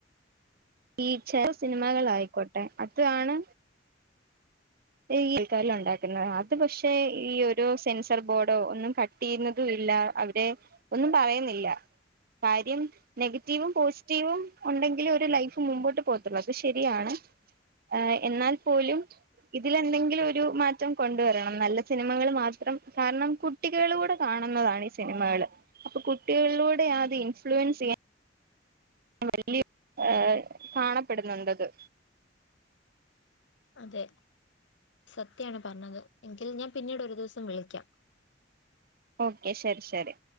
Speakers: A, on the right (about 55°); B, on the left (about 75°).
A: ഈ ചെല സിനിമകൾ ആയിക്കോട്ടെ അത് ആണ് ഈ എക്കാലം ഉണ്ടാക്ക്ന്നത് അത് പക്ഷെ ഈ ഒരു സെൻസർ ബോർഡോ ഒന്നും കട്ട് തീർന്നതൂല്ല അവിടെ ഒന്നും പറയുന്നില്ല കാര്യം നെഗറ്റീവും പോസ്റ്റീവും ഒണ്ടെങ്കിലെ ഒരു ലൈഫ് മുമ്പോട്ട് പോവത്താെള്ളൂ അത് ശെരിയാണ് ആഹ് എന്നാൽ പോലും ഇതിലെന്തെങ്കിലും ഒരു മാറ്റം കൊണ്ടുവെരണം നല്ല സിനിമകള് മാത്രം കാരണം കുട് ട്ടികളൂടെ കാണ്ന്നതാണ് ഈ സിനിമകള് അപ്പാെ കുട്ടികളിലൂടെയാത് ഇൻഫ്ലുവെൻസിയ്യാൻ വല്ലി ഏഹ് കാണപ്പെട്ന്നുണ്ടത്
B: അതെ സത്യാണ് പർണത് എങ്കിൽ ഞാൻ പിന്നീട് ഒരു ദിവസം വിളിക്കാം
A: ഓക്കെ ശെരി ശരി